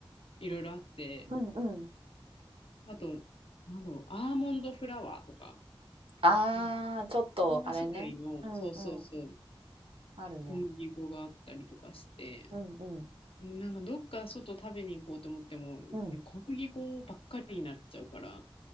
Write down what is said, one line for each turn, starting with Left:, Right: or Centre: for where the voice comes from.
Left: いろいろあって、
Right: うんうん。
Left: あと、なんだろう、アーモンドフラワーとか、
Right: ああ、
Left: うん
Right: ちょっと、
Left: いろんな種類の、
Right: あれね。うんうん。
Left: そうそうそう、
Right: あるね。
Left: 小麦粉があったりとかして、
Right: うんうん。
Left: なんかどっか外食べに行こうと思っても、
Right: うん。
Left: ね、小麦粉ばっかりになっちゃうから、